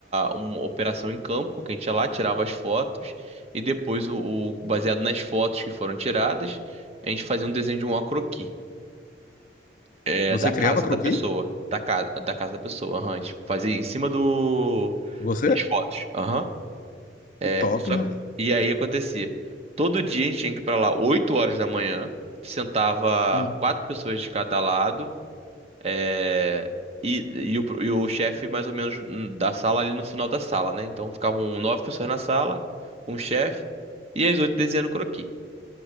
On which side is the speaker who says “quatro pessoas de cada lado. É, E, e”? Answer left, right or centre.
Right